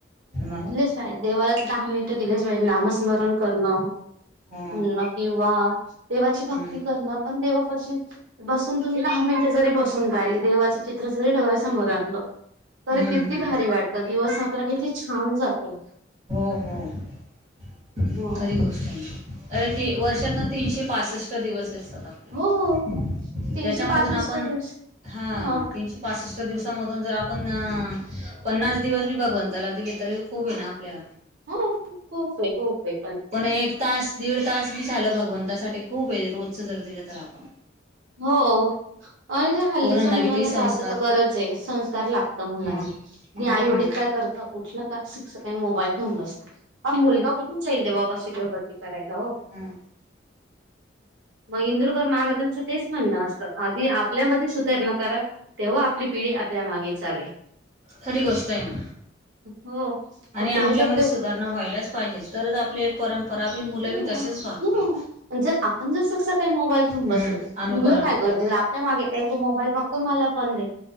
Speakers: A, on the right; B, on the right.
A: मग
B: लिस्ट. नाही देवालाच दहा मिनटं दिल्याशिवाय नामस्मरण करणं.
A: हा
B: म्हणण किंवा देवाची भक्ती
A: हम्म
B: करणं पण देवापाशी. बसून तुम्ही दहा मिनिटं जरी बसून राहिली देवाचं चित्र जरी डोळा समोर आणलं. तरी
A: हम्म
B: किती
A: हम्म
B: भारी वाटत दिवस आपला किती छान जातो.
A: ह.
B: मंग.
A: अअरे ते वर्षातन तीनशे पासष्ट दिवस असतात आपले.
B: हो हो तीनशे
A: त्याच्यामधून
B: पासष्ट
A: आपण
B: दिवस
A: हा
B: हो
A: तीनशे. पासष्ट दिवसामधून जर आपण पन्नास दिवस भी भगवंताला दिले. तरी खूप होईन आपल्याला.
B: हो हो के हो के.
A: पण एक तास दीड तास झालं भगवंतासाठी खूप हे रोजच जर दिलं तर आपण.
B: हो. आणि त्या हल्लीच्या
A: पोरांना
B: मुलांना
A: बी ते संस्कार
B: तर आता तर गरज हे संस्कार लागत मुलांना.
A: मग
B: मी
A: हा
B: आई वडील काय करत. त उठलं का स सकाळी मोबाईल घेऊन बसत अब मुलगा कुठून जाईल देवापाशी ग प. करायला हो
A: हा
B: मग इंद्रुकरकर महाराजांची. तेच म्हणणं असतं आधी आपल्यामध्ये सुधारणा करा. तेव्हा आपली पिढी आपल्या मागे चालेल.
A: खरी गोष्ट हे ना
B: हो
A: आणि
B: मग तुम्ही
A: आपल्यामध्ये
B: जर
A: सुद्ध. भरणा व्हायलाच पाहिजे तरच आपले. परंपरा बी मुलं
B: ह
A: बी तसेच वागतील
B: ह पण जर आपण जर स सकाळी मोबाईल घेऊन बसलो.
A: हम्म अनुकरण
B: मुलं काय करतील आपल्या मागे एक तो मोबाईल फक्त मला पण दे